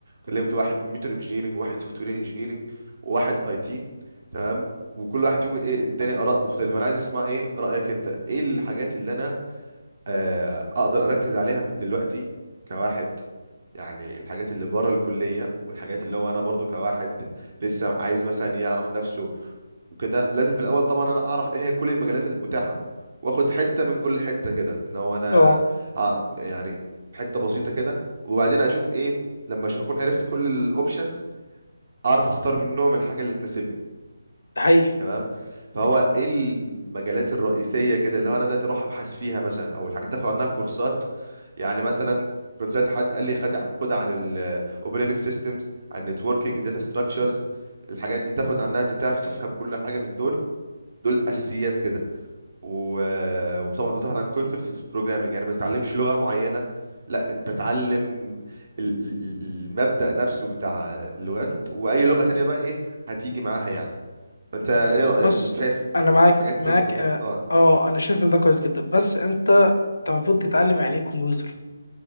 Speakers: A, on the right (about 60°); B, on the left (about 75°).
A: كلمت واحد كمبيوتر انجينيرنج وواحد سوفت وير انجينيرنج وواحد اي تي تمام وكل واحد فيهم ايه اداني اراء مختلفه انا عايز اسمع ايه رايك انت ايه الحاجات اللي انا آه، اقدر اركز عليها من دلوقتي كواحد يعني الحاجات اللي بره الكلية والحاجات اللي هو انا برضو كواحد لسه عايز مثلا يعرف نفسه وكده لازم في الاول طبعا انا اعرف ايه هي كل المجالات المتاحة واخد حتة من كل حتة كده ان هو انا
B: اه
A: اعرف يعني حتة بسيطة كده وبعدين اشوف ايه لما أش- اكون عرفت كل الاوبشنز اعرف اختار منهم الحاجة اللي تناسبني
B: ده حقيقي
A: تمام فهو ايه المجالات الرئيسيه كده اللي هو انا دلوقتي اروح ابحث فيها مثلا او الحاجات اللي اخد عنها كورسات يعني مثلا كنت سالت حد قال لي خد ع- خد عن الاوبريتنج سيستمز عن النتوركينج داتا ستراكشرز الحاجات دي تاخد عنها انت تعرف تفهم كل حاجه من دول دول اساسيات كده و... آه، وطبعا تاخد عن كونسبتس في البروجرامنج يعني ما تتعلمش لغه معينه لا انت تعلم ال- ال- المبدأ نفسه بتاع اللغات ومت- واي لغه تانية بقى ايه هتيجي معاها يعني فانت ايه رأيك
B: بص
A: وشايف
B: انا معاك
A: حاجات
B: معاك
A: تانية او كده
B: اه
A: اه
B: آه، انا شايف ان ده كويس جدا بس انت انت المفروض تتعلم يعني ايه كمبيوتر